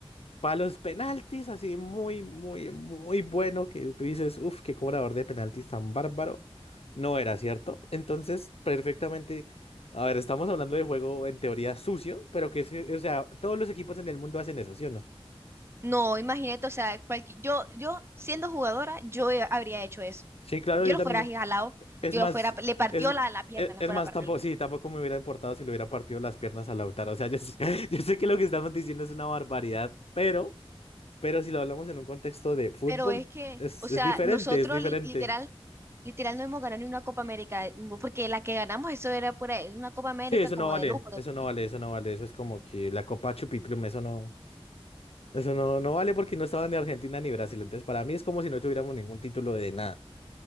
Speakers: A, on the left; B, on the right.
A: Para los penaltis, así muy, muy, muy bueno, que tú dices, uff, qué cobrador de penaltis tan bárbaro. No era cierto. Entonces, perfectamente. A ver, estamos hablando de juego en teoría sucio, pero que, se- o sea, todos los equipos en el mundo hacen eso, ¿sí o no?
B: No, imagínate, o sea, cualqui- yo, yo siendo jugadora, yo he- habría hecho eso.
A: Sí, claro,
B: Yo
A: yo
B: lo
A: también.
B: fuera jalado,
A: Es
B: yo
A: más,
B: lo fuera, le partió
A: es,
B: la, la pierna,
A: es,
B: la
A: es
B: fuera
A: más,
B: a partir.
A: tampoco, sí, tampoco me hubiera importado si le hubiera partido las piernas a Lautaro. O sea, yo, sé- <laughs> yo sé que lo que estamos diciendo es una barbaridad, pero, pero si lo hablamos en un contexto de fútbol,
B: Pero es que,
A: es,
B: o
A: es
B: sea,
A: diferente,
B: nosotros
A: es diferente.
B: li- literal Literal, no hemos ganado ni una Copa América, eh, porque la que ganamos eso era pura, era una Copa América
A: Sí, eso
B: como
A: no vale,
B: de lujo, de
A: eso
B: mentira.
A: no vale, eso no vale, eso es como que la Copa Chupiplum, eso no, eso no, no vale porque no estaba ni Argentina ni Brasil, entonces para mí es como si no tuviéramos ningún título de nada.